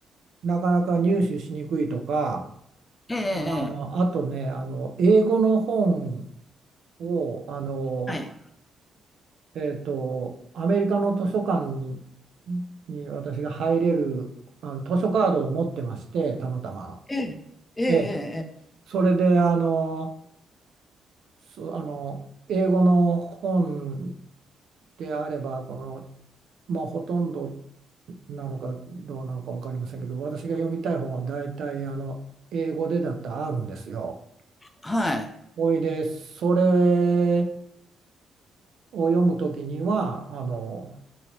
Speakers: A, on the right (about 65°); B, on the left (about 20°).
A: なかなか入手しにくいとか、
B: ええ、ええ、
A: あの、あとね、あの、英語の本を、あの、
B: はい。
A: えっと、アメリカの図書館に、に私が入れるあの図書カードを持ってまして、たまたま。
B: ええ、ええ、ええ、
A: ええ、
B: ええ
A: それであの、そ、あの英語の本であれば、この、まあ、ほとんどなのかどうなのか分かりませんけど、私が読みたい本は大体あの英語でだったらあるんですよ。
B: はい。
A: ほいで、それを読むときには、あの、